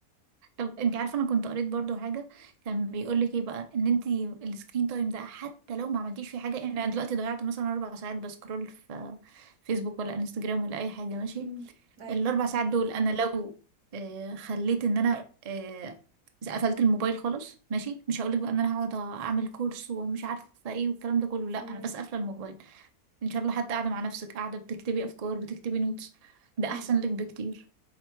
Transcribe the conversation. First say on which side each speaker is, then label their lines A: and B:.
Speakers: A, on the right (about 45°); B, on the right (about 85°).
A: طب انت عارفه انا كنت قريت برضو حاجه كان بيقول لك ايه بقى ان انت السكرين تايم ده حتى لو ما عملتيش فيه حاجه يعني انا دلوقتي ضيعت مثلا اربع ساعات بسكرول في فيسبوك ولا انستجرام ولا اي حاجه ماشي
B: مم. ايوه
A: الاربع ساعات دول انا لو آه، خليت ان انا آه، قفلت الموبايل خالص ماشي مش هقولك بقى ان انا هقعد اعمل كورس ومش عارفه ايه والكلام ده كله لا
B: مم.
A: انا بس قافله الموبايل ان شاء الله حتى قاعده مع نفسك قاعده بتكتبي افكار بتكتبي نوتس ده
B: مم.
A: احسن لك بكتير